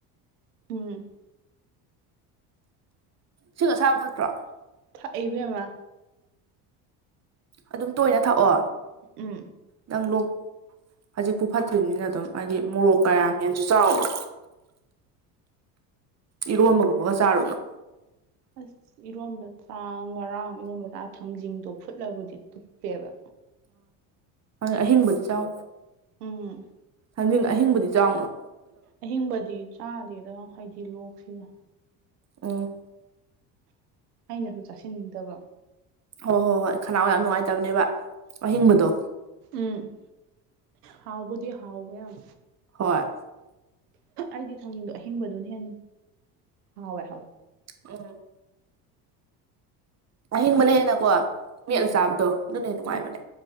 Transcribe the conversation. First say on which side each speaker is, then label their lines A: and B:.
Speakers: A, on the right; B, on the right.
A: ꯎꯝ
B: ꯁꯤꯒ ꯁꯥꯥꯕ ꯊꯛꯇ꯭ꯔꯣ
A: ꯊ ꯏꯕ ꯃꯥ
B: ꯑꯗꯨꯝ ꯇꯣꯏꯅ ꯊꯥꯛꯑꯣ
A: ꯎꯝ
B: ꯅꯪ ꯂꯣꯛ ꯍꯧꯖꯤꯛꯄꯨ ꯐꯠꯇ꯭ꯔꯤꯕꯅꯤꯅ ꯑꯗꯨꯝ ꯍꯥꯏꯗꯤ ꯃꯣꯔꯣꯛ
A: ꯍꯋꯥꯏ
B: ꯀꯌꯥꯝ ꯍꯦꯟ ꯆꯥꯎꯅꯣ ꯏꯔꯣꯟꯝꯕꯒꯨꯝꯕꯒ ꯆꯥꯔꯨꯅꯨ
A: ꯑꯁ ꯏꯔꯣꯝꯕ ꯆꯥꯛ ꯉꯔꯥꯡ ꯏꯔꯣꯝꯕ ꯆꯥ ꯊꯥꯡꯖꯤꯡꯗꯣ ꯐꯨꯠꯂꯕꯨꯗꯤ ꯇꯨꯞꯇꯦꯕ
B: ꯑꯥꯪ ꯑꯍꯤꯡꯕꯨꯗꯤ ꯆꯥꯎ
A: ꯎꯝ
B: ꯍꯪꯖꯤꯡ ꯑꯍꯤꯡꯕꯗꯤ ꯆꯥꯎꯅꯣ
A: ꯑꯍꯤꯡꯕꯗꯤ ꯆꯥꯗꯦꯗ ꯍꯥꯏꯗꯤ ꯂꯣꯛꯁꯤꯅ
B: ꯑ
A: ꯑꯩꯅꯁꯨ ꯆꯥꯁꯤꯟꯅꯤꯡꯗꯕ
B: ꯍꯣꯏ ꯍꯣꯏ ꯍꯣꯏ ꯈꯅꯥꯡ ꯌꯥꯝ ꯅꯨꯡꯉꯥꯏꯇꯕꯅꯦꯕ ꯋꯥꯍꯤꯡꯕꯗꯣ
A: ꯎꯝ ꯍꯥꯎꯕꯨꯗꯤ ꯍꯥꯎꯕ ꯌꯥꯝ
B: ꯍꯣꯏ
A: ꯑꯩꯗꯤ ꯊꯝꯅꯤꯡꯗꯣ ꯑꯍꯤꯡꯕꯗꯨꯅ ꯍꯦ ꯍꯥꯎꯋꯦ ꯍꯥꯜꯂ
B: ꯎꯝ ꯑꯍꯤꯡꯕꯅ ꯍꯦꯟꯅꯀꯣ
A: ꯎꯝ
B: ꯃꯦꯠꯂ ꯆꯥꯕꯗꯣ ꯑꯗꯨꯅ ꯍꯦꯟꯅ ꯅꯨꯡꯉꯥꯏꯕꯅꯦ
A: ꯎꯝ